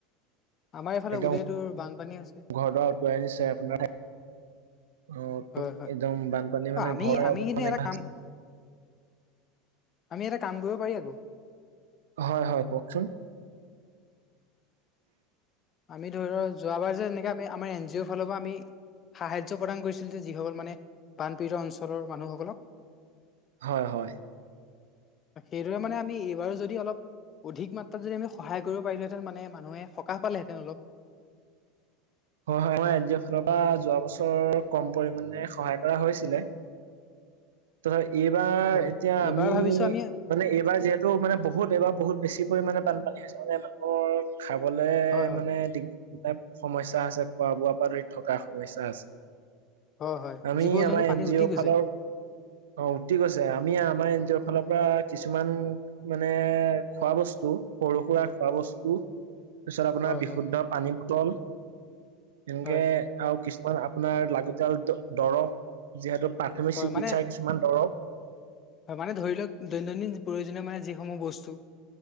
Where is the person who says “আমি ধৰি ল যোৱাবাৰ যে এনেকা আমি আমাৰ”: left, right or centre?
Left